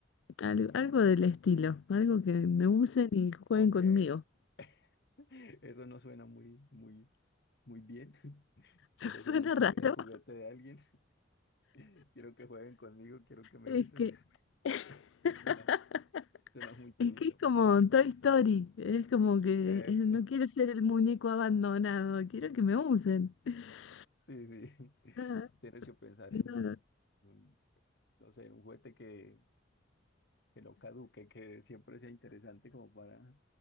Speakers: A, on the left (about 80°); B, on the left (about 60°).
A: al- algo, del estilo. Algo que me usen y jueguen
B: Aunque
A: conmigo.
B: <laughs> eso no suena muy, muy, muy bien. <laughs> Quiero
A: <laughs> Suena
B: ser un jugue-
A: raro.
B: el juguete de alguien. <laughs> Quiero que jueguen conmigo, quiero que me
A: Es
B: usen.
A: que,
B: <laughs>
A: <laughs>
B: Suena, suena muy triste,
A: es que es
B: pero
A: como Toy Story. Es como que
B: eso.
A: eh, no
B: <laughs>
A: quiero ser el muñeco abandonado. Quiero que me usen. <laughs>
B: Sí, sí. <laughs>
A: Nada,
B: Tienes que pensar
A: nada.
B: en un, no sé, en un juguete que, que no caduque, que siempre sea interesante como para,